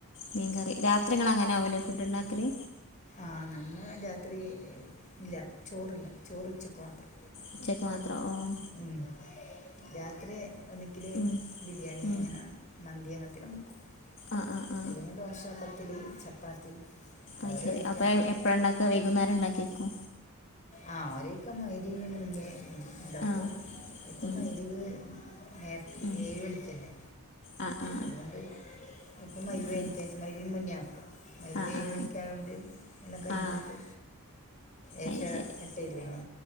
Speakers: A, on the left; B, on the left.
A: മീൻ കറി, രാത്രിങ്ങളങ്ങനാവൂലേ ഫുഡ്ണ്ടാക്കല്
B: ആഹ് നമ്മ രാത്രി ഇല്ല ചോറില്ല ചോറ് ഉച്ചക്ക് മാത്രം.
A: ഉച്ചക്ക് മാത്രൊ ഓഹ്
B: ഉം രാത്രി ഒന്നിക്കില്
A: ഉം
B: ബിരിയാണി
A: ഉം
B: അങ്ങനാണ് മന്തിയങ്ങത്തെല്ലം മെക്കും
A: ആ ആ അഹ്
B: അല്ലെങ്കി ദോശ, പ്പത്തിലി, ചപ്പാത്തി
A: അയ്ശരി
B: ഓരോ ഐറ്റം
A: അപ്പ എപ്പഴാണ്ടാക്ക വൈകുന്നേരണ്ടാക്യക്കോ
B: ആ ഒരേക്ക മഗ്‌രിബിന്‌ മുന്നേ ഉം ണ്ടാക്കും
A: ആ
B: ഇപ്പം
A: ഉം
B: മയ്രിബ് നേര്ത്
A: ഉം
B: ഏഴ് മണിക്കല്ലേ
A: ആ ആ
B: അതുകൊണ്ട് ഇപ്പം മയ്രിബയ്ഞ്ഞിട്ടെൻ
A: അത് ശരി
B: മയ്രിബിന്‌ മുന്നേ ആകും. മയ്രിബേഴ്
A: ആ ആ
B: മണിക്കായോണ്ട് എല്ലം കൈയുമ്പൾക്ക്
A: ആ
B: ഏഷ
A: അത് ശരി
B: എട്ടെ ഇരുവിന്